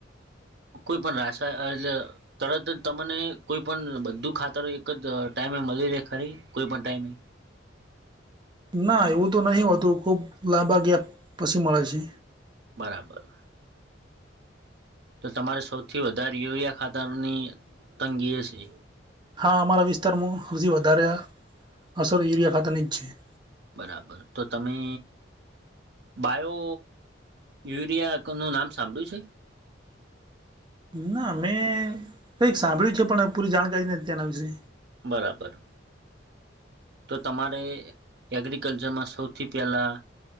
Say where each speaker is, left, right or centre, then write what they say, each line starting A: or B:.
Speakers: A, on the right; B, on the right.
A: કોઈ પણ રાસ એટલે તરત જ તમને કોઈ પણ બધું ખાતર એક જ ટાઈમે મળી રહેે ખરી, કોઈપણ ટાઈમે?
B: ના, એવું તો નહીં હોતું, ખૂબ લાંબા ગાળે પછી મળે છે.
A: બરાબર. તો તમારે સૌથી વધારે યુરિયા ખાતારની તંગી હશે.
B: હા, અમારા વિસ્તારમાં હજી વધારે અસરો યુરિયા ખાતાની જ છે.
A: બરાબર, તો તમે બાયો યુરિયાનું નામ સાંભળ્યું છે?
B: ના, મેં કંઈક સાંભળ્યું છે, પણ પૂરી જાણકારી નથી ત્યાના વિશે.
A: બરાબર. તો તમારે એગ્રિકલ્ચરમાં સૌથી પહેલાં.